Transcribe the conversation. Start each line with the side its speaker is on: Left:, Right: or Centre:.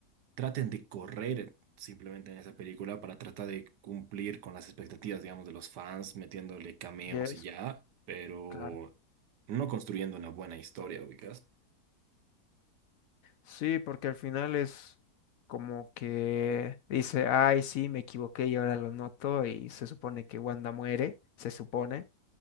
Right: traten de correr simplemente en esa película para tratar de cumplir con las expectativas, digamos, de los fans, metiéndole cameos
Left: Y es,
Right: y ya, pero
Left: claro.
Right: no construyendo una buena historia, ubicas.
Left: Sí, porque al final es como que dice, ay, sí, me equivoqué y ahora lo noto, y se supone que Wanda muere, se supone,